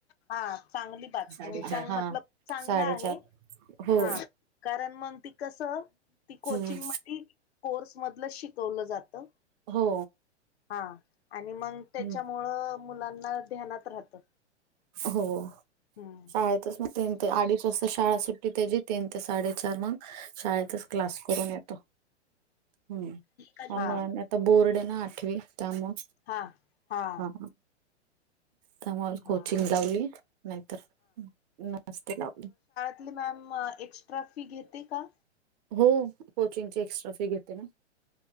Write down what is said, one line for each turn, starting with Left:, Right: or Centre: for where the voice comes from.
Left: हा चांगली बात
Right: साडेचार.
Left: अ चांग
Right: हा
Left: मतलब चांगलं
Right: साडेचार
Left: आहे.
Right: हो
Left: हा कारण मंग ती कसं, ती कोचिंग
Right: हम्म
Left: मधी कोर्स मधलं शिकवलं जातं.
Right: हो.
Left: हा आणि मंग त्याच्यामुळं
Right: हम्म.
Left: मुलांना ध्यानात राहतं.
Right: हो.
Left: हम्म
Right: शाळेतच म तीन ते अडीच वाजता शाळा सुटते. त्याची तीन ते साडेे चार मंग शाळेतच क्लास करून येतो. हूं
Left: हा
Right: आणि मग आण. बोर्ड ना आठवी त्यामुळ
Left: हा
Right: हा, त्यामु कोचिंग
Left: हा हा
Right: लावली नायतर नसती लावली.
Left: आपली मॅम एक्स्ट्रा फी घेते का?
Right: हो. कोचिंगची एक्स्ट्रा फी घेते ना.